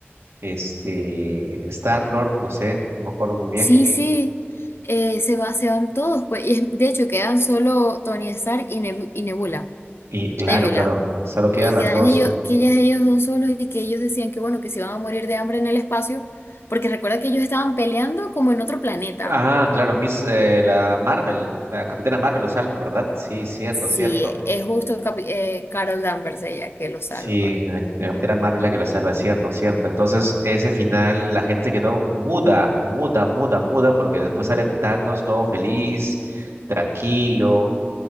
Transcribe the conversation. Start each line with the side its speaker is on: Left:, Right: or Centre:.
Right: este, Star-Lord, no sé, no me acuerdo muy bien.
Left: Sí, sí, eh, se va, se van todos, pues, y es- de hecho quedan solo Tony Stark y, Nebu- y Nebula,
Right: Y claro,
Left: Nebula.
Right: claro, solo quedan
Left: Eh,
Right: las
Left: quedan
Right: dos.
Left: ellos,
Right: Y,
Left: que ellas, ellos son solos y que ellos decían que bueno, que se iban a morir de hambre en el espacio, porque recuerda que ellos estaban peleando como en otro planeta.
Right: ah, claro, Miss, eh, la Marvel, la Capitana Marvel lo salva, ¿verdad? Sí, cierto,
Left: Sí,
Right: cierto.
Left: es justo capi- eh, Carol Danvers ella que lo salva.
Right: Sí, la, la Capitana Marvel la que lo salva, cierto, cierto. Entonces, ese final, la gente se quedó muda, muda, muda, muda, porque después sale Thanos todo feliz, tranquilo,